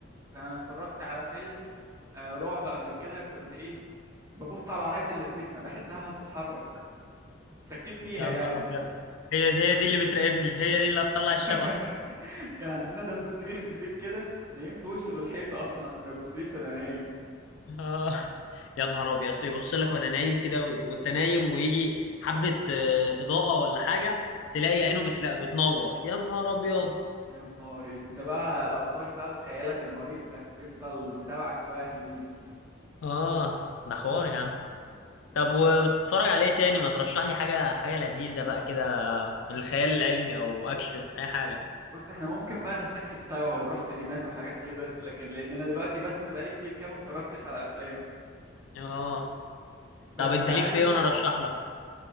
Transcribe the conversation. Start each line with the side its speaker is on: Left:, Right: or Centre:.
Right: انا اتفرجت على فيلم آه، رعب قبل كده كنت ايه ببص على العرايس اللي في بيتنا بحسها هتتحرك شكيت فيها
Left: يا
Right: يعني
Left: نهار ابيض هي هي دي اللي بتراقبني هي دي اللي هتطلع
Right: <laughs>
Left: الشبح
Right: كان عندنا دبدوب كبير في البيت كده نيمت وشه للحيطة اصلا عشان ما يبصليش وانا نايم
Left: آه يا نهار ابيض يبص لك وانا نايم كده و- وانت نايم ويجي حبة آه، اضاءة ولا حاجة تلاقي عينه بتلا... بتنور يا نهار ابيض
Right: يا نهاري انت بقى الافكار بقى وخيالك المريض ده بيفضل متابعك شوية حلوين
Left: اه ده حوار
Right: <laughs>
Left: يا عم طب وبتتفرج
Right: بس
Left: على ايه تاني ما ترشح لي حاجة حاجة لذيذة بقى كده من الخيال العلمي او اكشن اي حاجة
Right: بص احنا ممكن بقى نستكشف سوا ونروح سينمات وحاجات كده لكن لان انا دلوقتي بس بقالي كتير كده ما اتفرجتش على افلام
Left: اه
Right: بس
Left: طب انت
Right: انت عارف
Left: ليك في ايه وانا ارشح لك